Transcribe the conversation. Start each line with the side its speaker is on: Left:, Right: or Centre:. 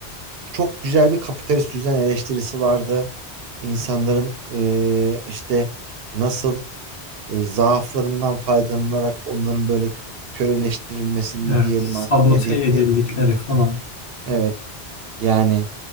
Right: çok güzel bir kapitalist düzen eleştirisi vardı. İnsanların e, işte nasıl e, zaaflarından faydalanarak onların böyle köleleştirilmesi mi
Left: evet.
Right: diyelim
Left: Sabote
Right: artık ne diye
Left: edildikleri
Right: ne, ne-
Left: falan.
Right: Evet yani